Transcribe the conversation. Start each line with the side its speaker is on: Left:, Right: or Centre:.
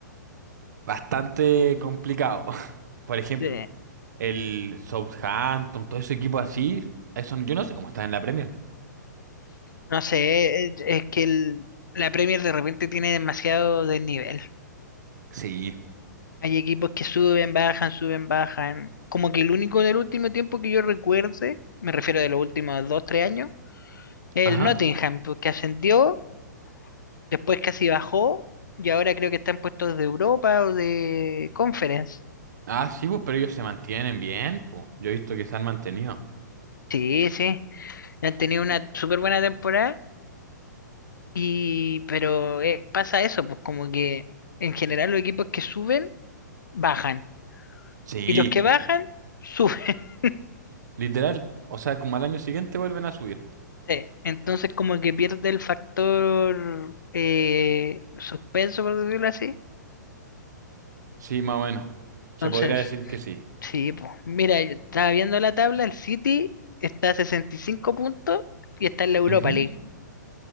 Right: Bastante complicado. <laughs> Por ejemplo,
Left: Sí,
Right: el Southampton, todo ese equipo así, eso yo no sé cómo está en la Premier.
Left: No sé, es, es que el- la Premier de repente tiene demasiado desnivel.
Right: Sí.
Left: Hay equipos que suben, bajan, suben, bajan. Como que el único del último tiempo que yo recuerde, me refiero de los últimos dos, tres años, es
Right: ajá
Left: el Nottingham, pues, que ascendió, después casi bajó, y ahora creo que está en puestos de Europa o de Conference.
Right: Ah, sí, pues, pero ellos se mantienen bien, pues. Yo he visto que se han mantenido.
Left: Sí, sí. Han tenido una súper buena temporada, y, pero eh, pasa eso, pues como que en general los equipos que suben, bajan.
Right: Sí,
Left: Y los que bajan, suben. <laughs>
Right: literal. O sea, como al año siguiente vuelven a subir.
Left: Sí, Entonces como que pierde el factor eh, suspenso, por decirlo así.
Right: Sí, más o menos. Se
Left: Entonces,
Right: podría decir que sí.
Left: sí, pues mira, yo estaba viendo la tabla, el City está a 65 puntos y está en la Europa
Right: Ujú.
Left: League.